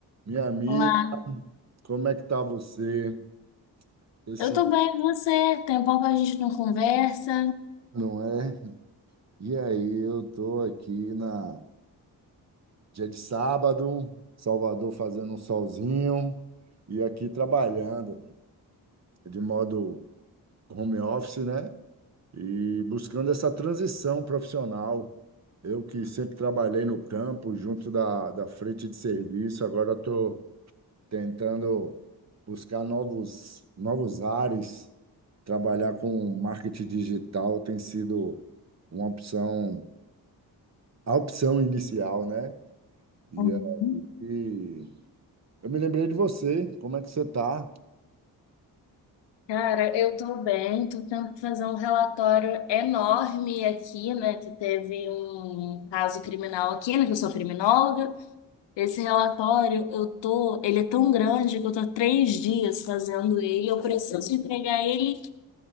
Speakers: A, on the right; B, on the left.
A: Minha amiga,
B: Olá,
A: como é que tá você? Esse
B: eu tô bem, e você? Tem um pouco que a gente não conversa.
A: não é? E aí, eu tô aqui na dia de sábado, Salvador fazendo um solzinho e aqui trabalhando de modo home office, né? E buscando essa transição profissional. Eu que sempre trabalhei no campo, junto da, da frente de serviço, agora estou tentando buscar novos, novos ares Trabalhar com marketing digital tem sido uma opção, a opção inicial, né? E
B: Uhum.
A: aí, eu me lembrei de você, como é que você está?
B: Cara, eu tô bem, tô tentando fazer um relatório enorme aqui, né? Que teve um caso criminal aqui, né? Que eu sou criminóloga. Esse relatório, eu tô, ele é tão grande que eu tô há três dias fazendo ele. Eu preciso entregar ele